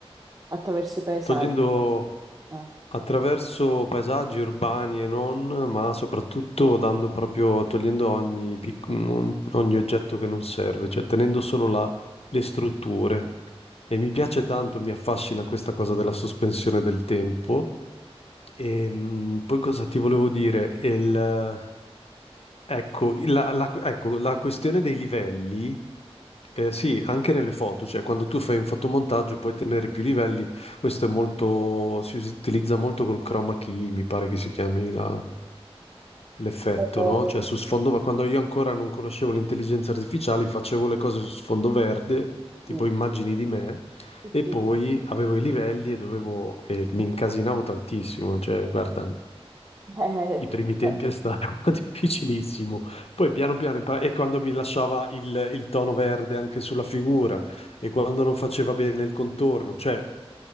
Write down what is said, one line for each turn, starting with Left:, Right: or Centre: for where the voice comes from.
Right: attraverso i paesaggi.
Left: togliendo
Right: eh.
Left: attraverso paesaggi urbani e non, ma soprattutto dando proprio, togliendo ogni, pic- ogni- ogni oggetto che non serve, cioè tenendo solo la- le strutture. E mi piace tanto, mi affascina questa cosa della sospensione del tempo. E mh, poi cosa ti volevo dire? Il, Ecco la, la- ecco, la questione dei livelli, eh, sì, anche nelle foto, cioè quando tu fai un fotomontaggio puoi tenere più livelli, questo è molto, si utilizza molto col chroma key, mi pare che si chiami la, l'effetto,
Right: Eh,
Left: no? Cioè su sfondo, ma quando io ancora non conoscevo l'intelligenza artificiale, facevo le cose su sfondo verde, tipo
Right: sì,
Left: immagini di me,
Right: sì,
Left: e
Right: sì,
Left: poi
Right: sì.
Left: avevo i livelli e dovevo, e mi incasinavo tantissimo, cioè guarda,
Right: Eh, <laughs>
Left: i primi tempi
Right: eh,
Left: è stato <laughs> difficilissimo, poi piano piano, impar- e quando mi lasciava il, il tono verde anche sulla figura, e quando non faceva bene il contorno, cioè